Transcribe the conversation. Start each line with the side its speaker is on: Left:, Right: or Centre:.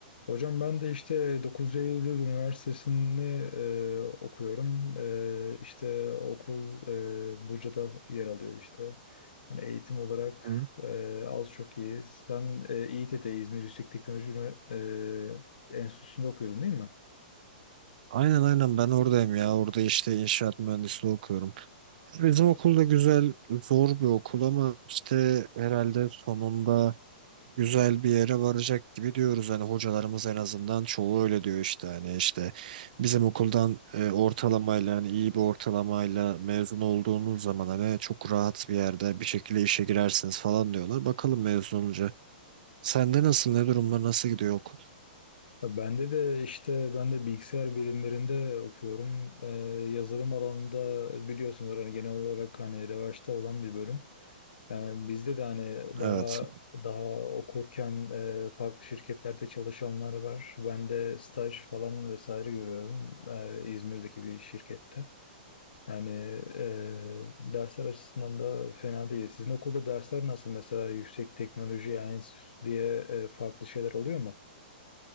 Left: Hocam ben de işte 9 Eylül Üniversitesi'ni e, okuyorum. E, işte okul e, Buca'da yer alıyor işte. Hani eğitim olarak
Right: Hı.
Left: e, az çok iyiyiz. Sen e, İİTE'de İzmir Yüksek Teknoloji Ünivers- e, Enstitüsü'nde okuyordun değil mi?
Right: Aynen aynen ben oradayım ya. Orada işte inşaat mühendisliği okuyorum. Bizim okul da güzel, zor bir okul ama işte herhalde sonunda güzel bir yere varacak gibi diyoruz. Hani hocalarımız en azından çoğu öyle diyor işte. Hani işte bizim okuldan e, ortalamayla hani iyi bir ortalamayla mezun olduğunuz zaman hani çok rahat bir yerde bir şekilde işe girersiniz falan diyorlar. Bakalım mezun olunca. Sende nasıl, ne durumlar, nasıl gidiyor okul?
Left: Ya Bende de işte ben de bilgisayar bilimlerinde okuyorum. E, yazılım alanında biliyorsunuz hani genel olarak hani revaçta olan bir bölüm. Yani bizde de hani daha
Right: Evet.
Left: daha okurken e, farklı şirketlerde çalışanlar var. Ben de staj falan vesaire görüyorum e, İzmir'deki bir şirkette. Yani e, dersler açısından da fena değil. Sizin okulda dersler nasıl? Mesela yüksek teknoloji, yani enstitü diye e, farklı şeyler oluyor mu?